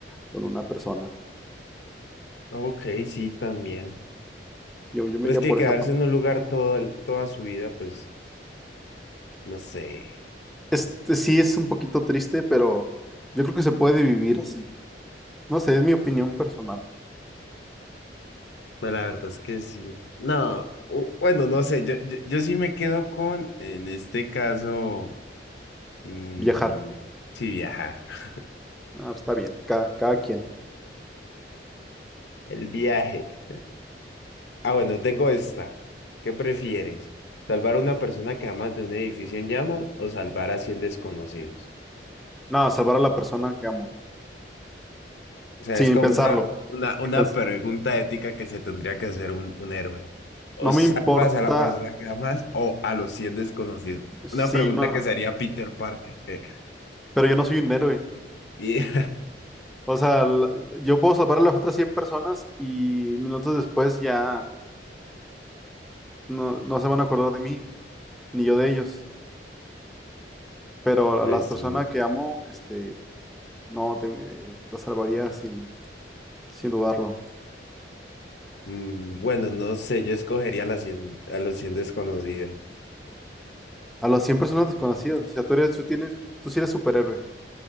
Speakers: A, in the centre; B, on the left.
A: con una persona.
B: ok, sí, también.
A: Sí, Yo, yo me
B: Pero
A: iría
B: es que
A: por
B: quedarse
A: esa parte.
B: en un lugar todo, el- toda su vida, pues, no sé.
A: Este sí es un poquito triste, pero yo creo que se puede vivir así. No sé, es mi opinión personal.
B: Pues la verdad es que sí. No, u- bueno, no sé. Yo, yo, yo sí me quedo con, en este caso, mm,
A: Viajar.
B: sí, viajar. <laughs>
A: Ah, pues está bien, cada, cada quien.
B: El viaje. Ah, bueno, tengo esta. ¿Qué prefieres? ¿Salvar a una persona que amas de un edificio en llamas o salvar a 100 desconocidos?
A: No, salvar a la persona que amo,
B: O sea,
A: sin
B: es como
A: pensarlo.
B: una, una, una
A: Y pues,
B: pregunta ética que se tendría que hacer un, un héroe. ¿O
A: no
B: salvas
A: me importa
B: a la persona que amas o a los 100 desconocidos?
A: si
B: Una pregunta
A: yo no,
B: que se haría Peter Parker. <laughs> eh.
A: pero yo no soy un héroe.
B: Y <laughs>
A: O sea, la- yo puedo salvar a las otras 100 personas y minutos después ya no, no se van a acordar de mí, ni yo de ellos. Pero
B: pues
A: a las personas
B: sí.
A: que amo, este, no, te- eh, las salvaría sin, sin dudarlo.
B: Mm, Bueno, no sé, yo escogería a, las 100 a los cien desconocidos.
A: A las cien personas desconocidas, o sea, tú eres, tú tienes, tú sí eres superhéroe.